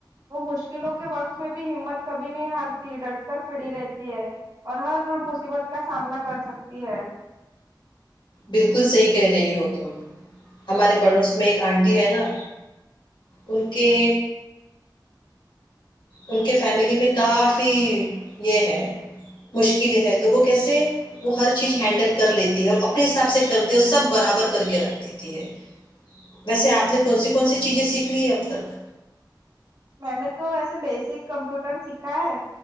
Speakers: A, on the right; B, on the left.
A: وہ مشکلوں کے وقت میں بھی ہمت کبھی نہیں ہارتی ڈٹ کر کھڑی رہتی ہے اور ہر مصیبت کا سامنا کر سکتا تی ہے
B: بالکل صحیح کہہ رہی ہو تم ہمارے پڑوس میں ایک آنٹی ہے نا ان کے ان کے فیملی میں کافی یہ ہے مشکلیں ہے تو وہ کیسے وہ ہر چیز ہینڈل کر لیتی ہے اور اپنے حساب سے کرتی ہے اور سب برابر کر کے رکھ دیتی ہے ویسے آپ نے کون سی کون سی چیزیں سیکھ لی ہیں اب تک
A: میں نے تو ایسے بیسک کمپیوٹر سیکھا ہے